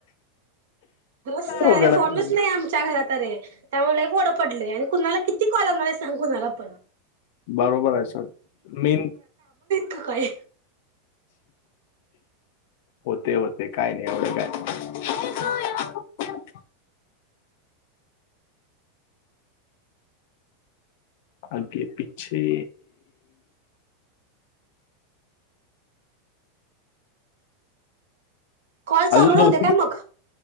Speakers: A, on the right; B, on the left.
A: रस
B: काय
A: <unintelligible> अरे
B: अवघड
A: फोनच
B: आहे?
A: नाही आमच्या घरात अरे. त्यामुळे ओडं पडलं आणि कुणाला किती कॉल आला आहे सांग कुणाला पण.
B: बरोबर आहे सर मेन
A: क काय
B: होते होते काय नाही एवढं काय.
A: बू
B: हो <unintelligible> आगे पिछे
A: कॉल चालू
B: अजून
A: नव्हते
B: दोन तीन
A: काय मग?